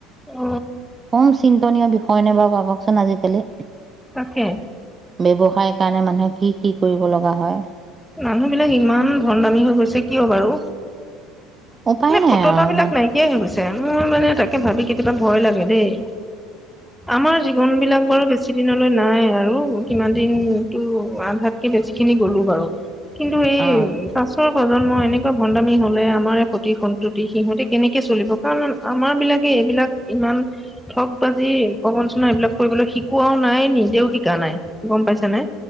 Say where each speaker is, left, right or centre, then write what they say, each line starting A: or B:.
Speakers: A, in the centre; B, on the right.
A: অ
B: কম চিন্তনীয় বিষয় নে বাৰু ভাবকচোন আজিকালি।
A: তাকে।
B: ব্যৱসায় কাৰণে মানুহে মানে কি কি কৰিব লগা হয়।
A: মানুহ বিলাক ইমান ধন দামী হৈ গৈছে কিয় বাৰু?
B: উপায়
A: মানে
B: নাই
A: সত'তাবিলাক
B: আৰু ইমান
A: নাইকিয়াই হৈ গৈছে, মোৰ মানে তাকে ভাবি কেতিয়াবা ভয় লাগে দেই। আমাৰ জীৱন বিলাক- বাৰু বেছি দিনলৈ নাই আৰু, কিমান দিনতো আধাতকে বেছি খিনি গ'লো বাৰু। কিন্তু এই
B: অ'।
A: পাছৰ প্ৰজন্ম এনেকুৱা ভন্দামি হ'লে আমাৰ- সন্ততি সিহঁতে কেনেকে চলিব। কাৰণ আমাৰ বিলাকে এইবিলাক ইমান- ঠগ বাজি, প্ৰবঞ্চনা এইবিলাক কৰিবলৈ শিকোৱাও নাই, নিজেও শিকা নাই, গম পাইছ নে।